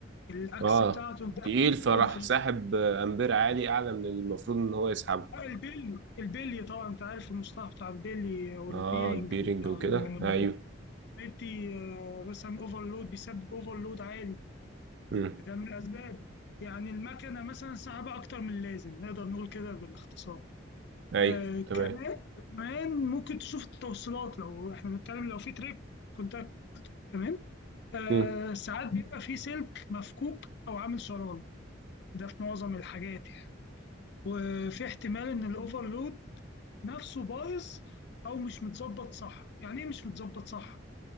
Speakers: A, on the left; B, on the right.
A: الاكس
B: اه
A: بتاعته انت
B: تقيل فراح
A: برضه في
B: ساحب آه، امبير عالي اعلى من المفروض ان هو يسحبه
A: آه، البيلي البيلي طبعا انت عارف المصطلح بتاع البيلي والبيرنج
B: اه البيرنج
A: بتاع
B: وكده
A: ال-
B: ايوه
A: بيدي آه، مثلا اوفرلود بيسبب اوفرلود عالي
B: مم.
A: ده من الاسباب يعني المكنه مثلا سحبه اكتر من اللازم نقدر نقول كده بالاختصار
B: ايوه
A: آه
B: تمام
A: كمان كمان ممكن تشوف التوصيلات لو احنا بنتكلم لو في تريب كونتاكت تمام آه
B: مم.
A: ساعات بيبقى في سلك مفكوك او عامل شراره ده في معظم الحاجات يعني وفي احتمال ان الاوفرلود نفسه بايظ او مش متظبط صح يعني ايه مش متظبط صح